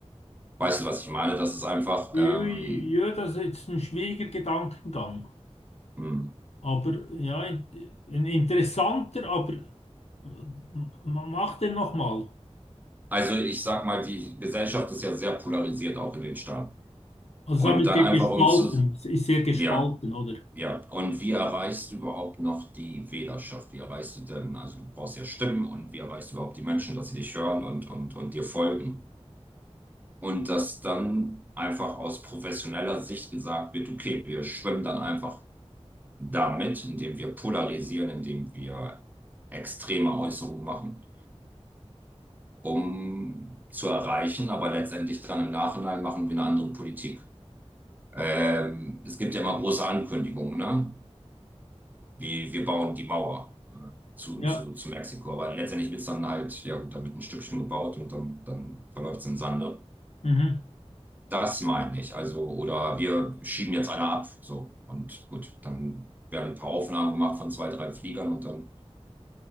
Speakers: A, on the right (about 15°); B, on the left (about 70°).
A: Weißt du, was ich meine? Das ist einfach,
B: Ja,
A: ähm,
B: ja, das ist jetzt ein schwieriger Gedankengang.
A: hm.
B: Aber ja, in- ein interessanter, aber m- m- mach den nochmal.
A: also ich sag mal, die Gesellschaft ist ja sehr polarisiert, auch in den Staaten.
B: Also
A: Und
B: damit
A: dann
B: ge-
A: einfach
B: gespalten,
A: um zu,
B: ist sehr gespalten,
A: ja,
B: oder?
A: ja. Und wie erreichst du überhaupt noch die Wählerschaft? Wie erreichst du denn, also du brauchst ja Stimmen und wie erreichst du überhaupt die Menschen, dass sie dich hören und, und, und dir folgen? Und dass dann einfach aus professioneller Sicht gesagt wird, okay, wir schwimmen dann einfach damit, indem wir polarisieren, indem wir extreme Äußerungen machen, um zu erreichen, aber letztendlich dann im Nachhinein machen wir eine andere Politik. Ähm, es gibt ja immer große Ankündigungen, ne? Wie wir bauen die Mauer äh, zu,
B: Ja.
A: zu, zu Mexiko, aber letztendlich wird es dann halt, ja gut, da wird ein Stückchen gebaut und dann, dann verläuft es im Sande.
B: Mhm.
A: Das meine ich. Also, oder wir schieben jetzt einer ab. So. Und gut, dann werden ein paar Aufnahmen gemacht von zwei, drei Fliegern und dann